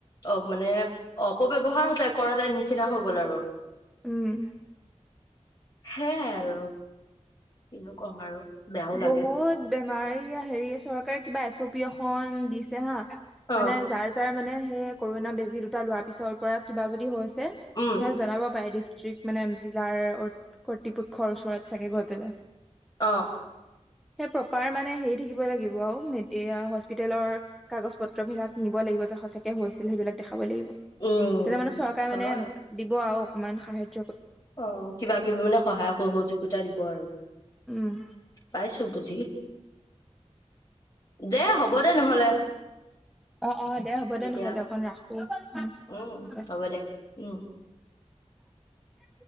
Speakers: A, on the left; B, in the centre.
A: অ মানে, অপব্যৱহাৰ কৰা নিচিনা হৈ গ'ল আৰু
B: উম
A: সে আৰু, কিনো কম আৰু বেয়াও লাগে
B: বহুত বেমাৰ এইয়া হেৰি চৰকাৰে কিবা এছ অ' পি এখন দিছে হা
A: অ
B: মানে যাৰ যাৰ মানে সে কৰোনা বেজি দুটা লোৱাৰ পিছৰ পৰা কিবা যদি হৈছে
A: উম
B: হে জনাব পাৰে দিছ মানে জিলাৰ অ-কৰ্তৃপক্ষৰ ওচৰত চাগে গৈ পেলাই।
A: অ।
B: সেই প্ৰপাৰ মানে হেৰি থাকিব লাগিব আৰু মে এইয়া হস্পিতালৰ কাগজ পত্ৰ বিলাক নিব লাগিব যে সচাকে হৈছিল সেইবিলাক দেখা খাবই লাগিব তেতিয়া
A: উম
B: মানে চৰকাৰে
A: হয়
B: মানে দিব আৰু ইমান সাহ্য
A: অ কিবা কিবি মানে সহায় সহযোগিতা দিব আৰু।
B: উম
A: পাই বুজি, দে হ'ব দে নহলে।
B: অ অ দে, হ'ব দে
A: এতিয়া
B: নহলে অকন ৰাখো, উম
A: উম
B: বাই।
A: হ'ব দে উম
B: <unintelligible>